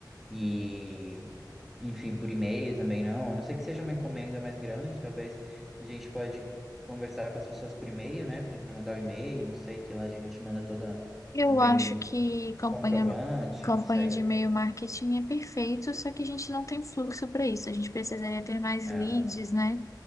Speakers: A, in the centre; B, on the left.
A: E, enfim, por e-mail também não. A não ser que seja uma encomenda mais grande, talvez a gente pode conversar com as pessoas por e-mail, né? Pedir para mandar o e-mail, não sei, que lá a gente manda toda
B: Eu
A: também
B: acho
A: um
B: que campanha,
A: comprovante,
B: campanha
A: não sei.
B: de e-mail marketing é perfeito, só que a gente não tem fluxo para isso. A gente precisaria ter mais
A: É,
B: leads, né?